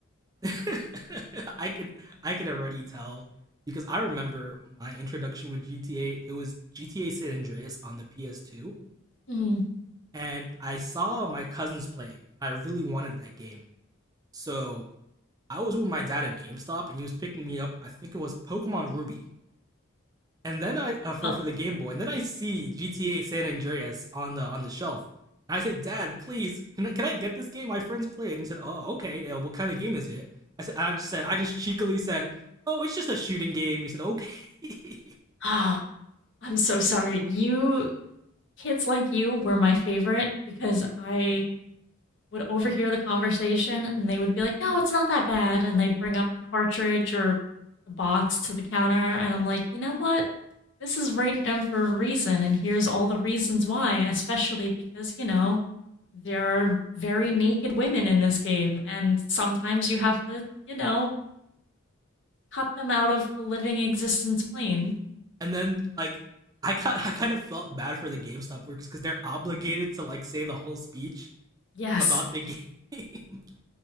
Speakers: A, on the right; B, on the left.
A: <laughs> I can I can already tell because I remember my introduction with GTA, it was GTA San Andreas on the PS2
B: Mm. <sighs>
A: and I saw my cousins playing. I really wanted that game. So I was with my dad at GameStop and he was picking me up. I think it was Pokemon Ruby, and then I uh, for
B: Oh,
A: for the Game Boy, and then I see GTA San Andreas on the on the shelf. And I say, Dad, please, can I, can I get this game? My friends play it. And he said, Oh, okay. Uh, what kind of game is it? I said, I just said, I just cheekily said, Oh, it's just a shooting game. And he said, Okay.
B: ah, I'm so sorry. You kids like you were my favorite because I would overhear the conversation and they would be like, "No, it's not that bad." And they'd bring up the cartridge or the box to the counter and I'm like, "You know what? This is rated M for a reason and here's all the reasons why, especially because, you know, there are very naked women in this game and sometimes you have to, you know, cut them out of the living existence plane."
A: <laughs> and then like I kind I kind of felt bad for the GameStop workers because they're obligated to like say the whole speech
B: Yes.
A: about the game. <laughs>